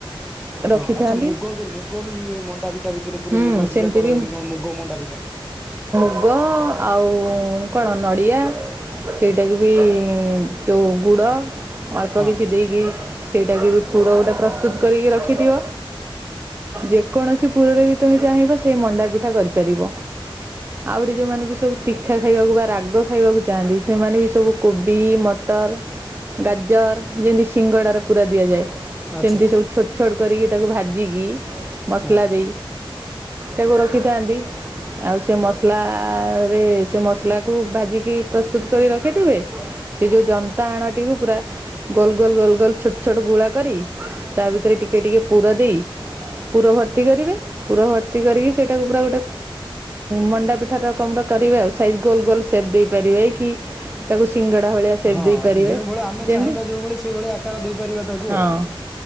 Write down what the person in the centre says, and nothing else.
ହଁ
ଆଚ୍ଛା ମୁଗ ମୁଗ ବି ମଣ୍ଡା ପିଠା ଭିତରେ ପୁରୀ
ମୁଗ
ସିଝା କରନ୍ତି
କଣ ମୁଗ ମଣ୍ଡାପିଠା।
ହଁ
ଆଚ୍ଛା
ହଁ
ହଁ
ଯେଉଁ ଭଳି ଆମେ
ଚାହିଁବା ଯୋଉ ଭଳି ସେଇଭଳି ଆକାର ଦେଇପାରିବା ତାକୁ
ଆଉ।